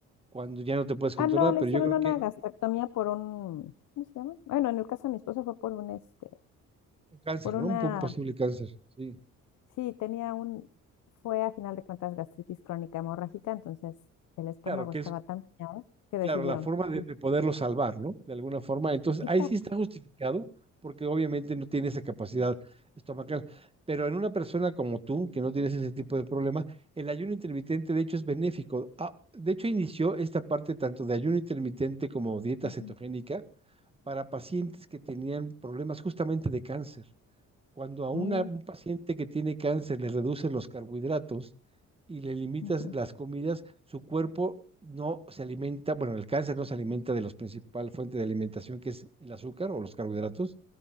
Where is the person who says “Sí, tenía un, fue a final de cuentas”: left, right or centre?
Left